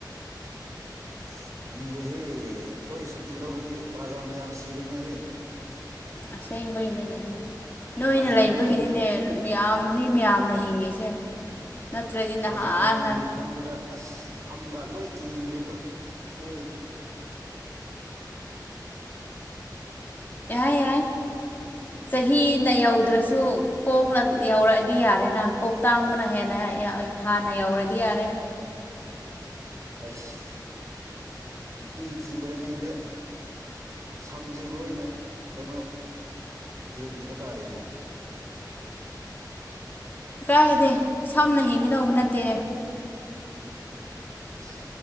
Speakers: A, on the right (about 45°); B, on the left (about 25°).
A: <inaudible> ꯐꯪꯗꯦꯍꯦ ꯑꯩꯈꯣꯏ ꯁꯨꯇꯤ ꯂꯧꯔꯗꯤ ꯄ꯭ꯔꯖꯥ ꯃꯌꯥꯝ ꯁꯤꯔꯅꯦꯍꯦ
B: ꯑꯁꯦꯡꯕꯒꯤꯅꯤꯅꯦ ꯅꯣꯏꯅ
A: ꯄ꯭ꯔꯖꯥ
B: ꯂꯩꯕꯒꯤꯅꯤꯅꯦ
A: ꯃꯌꯥꯝꯒꯤ
B: ꯃꯌꯥꯝ ꯃꯤ ꯃꯌꯥꯝꯅ ꯍꯤꯡꯉꯤꯁꯦ ꯅꯠꯇ꯭ꯔꯗꯤ
A: ꯎꯝ ꯄ꯭ꯔꯖꯥ
B: ꯅꯍꯥꯟꯅ
A: ꯃꯌꯥꯝꯒꯤ ꯈꯟꯕꯗ ꯑꯁ ꯁꯝꯒ ꯂꯣꯏ ꯀꯦꯟꯈ꯭ꯔꯦ ꯑꯣꯏꯣꯏ
B: ꯌꯥꯏ ꯌꯥꯏ ꯆꯍꯤꯅ ꯌꯧꯗ꯭ꯔꯁꯨ ꯀꯣꯛꯅ ꯌꯧꯔꯛꯑꯗꯤ ꯌꯥꯔꯦꯅ ꯀꯣꯛ ꯇꯥꯡꯕꯅ ꯍꯦꯟꯅ
A: ꯎꯝ
B: ꯍꯥꯟꯅ ꯌꯧꯔꯗꯤ ꯌꯥꯔꯦ
A: ꯑꯁ ꯅꯨꯄꯤ ꯊꯤꯗꯔꯤꯉꯩꯗ ꯁꯝꯁꯦ ꯂꯣꯏꯅ ꯀꯩꯅꯣ ꯀꯦꯟꯈꯤꯕ ꯇꯥꯔꯦꯅꯦ
B: ꯀꯥꯏꯗꯦ ꯁꯝꯅ ꯍꯤꯡꯒꯗꯧꯕ ꯅꯠꯇꯦ
A: ꯑꯁ